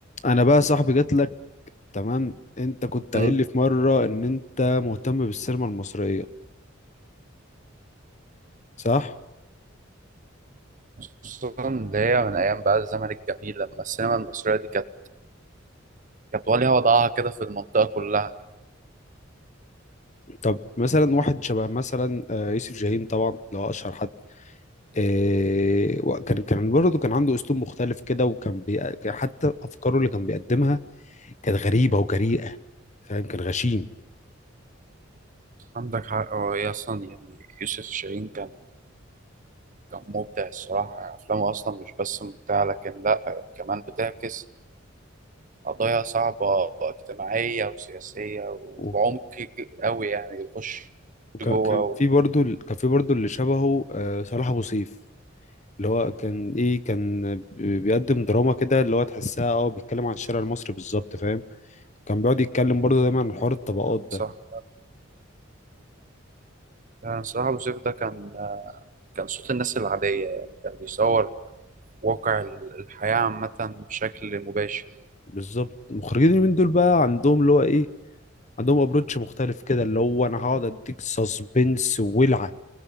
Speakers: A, on the left; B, on the right.
A: انا بقى صاحبي جات لك تمام انت كنت
B: مم.
A: قايل لي في مره ان انت مهتم بالسينما المصريه صح
B: خصوصا اللي هي من ايام بقى الزمن الجميل لما السينما المصريه دي كانت كانت وليها وضعها كده في المنطقه كلها
A: طب مثلا واحد شبه مثلا آه، يوسف شاهين طبعا اللي هو اشهر حد آه، و- كان كان برضه كان عنده اسلوب مختلف كده وكان بي... كان حتى افكاره اللي كان بيقدمها كانت غريبه وجريئه فاهم كان غشيم
B: عندك حق هو هي اصلا يعني يوسف شاهين كان كان مبدع الصراحه يعني افلامه اصلا مش بس ممتعه لكن لا يعني كمان بتعكس قضايا صعبه اجتماعيه وسياسيه وبعمق
A: و-
B: ج- قوي يعني يخش
A: وكان
B: جوه
A: كان
B: و...
A: في برضه ال- كان في برضه اللي شبهه آه، صلاح ابو سيف اللي هو كان ايه كان بي- بيقدم دراما كده اللي هو تحسها اه بيتكلم عن الشارع المصري بالظبط فاهم كان بيقعد يتكلم برضه دايما عن حوار الطبقات
B: مم. صح
A: ده
B: يعني الصراحه أبو سيف ده كان كان صوت الناس العاديه يعني كان بيصور واقع ال- الحياة عامة بشكل مباشر
A: بالظبط المخرجين اليومين دول بقى عندهم اللي هو ايه عندهم ابروتش مختلف كده اللي هو انا هقعد اديك سسبنس وولعه